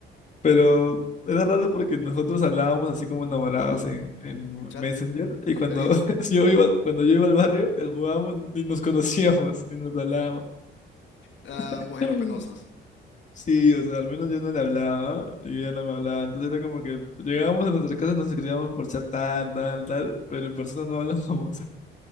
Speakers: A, on the left; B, on the left.
A: pero era raro porque nosotros hablábamos así como enamorados en, en
B: En chat
A: Messenger y
B: y
A: cuando
B: en vivo.
A: <laughs> yo iba, cuando yo iba al barrio, eh, jugábamos, ni nos conocíamos, <laughs> ni nos hablábamos.
B: Ah, ambos
A: <laughs>
B: eran penosos.
A: Sí, o sea, al menos yo no le hablaba, y ella no me hablaba, entonces era como que llegábamos a nuestras casas, nos escribíamos por chat tal, tal, tal, pero en persona no hablábamos.